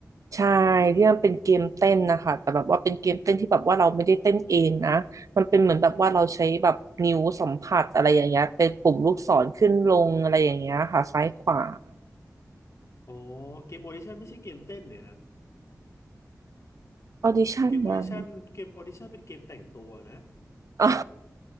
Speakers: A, on the right (about 60°); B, on the left (about 55°).
A: ใช่ที่มันเป็นเกมเต้นนะคะแต่แบบว่าเป็นเกมเต้นที่แบบว่าเราไม่ได้เต้นเองนะมันเป็นเหมือนแบบว่าเราใช้แบบนิ้วสัมผัสอะไรอย่างเงี้ยเป็นปุ่มลูกศรขึ้นลงอะไรอย่างเงี้ยค่ะซ้ายขวา
B: อ๋อเกมออดิชั่นไม่ใช่เกมเต้นเนี่ยฮะ
A: ออดิชั่นนะ
B: เกมออดิชั่นเกมออดิชั่นเป็นเกมแต่งตัวนะ
A: <laughs> คะอ๋อ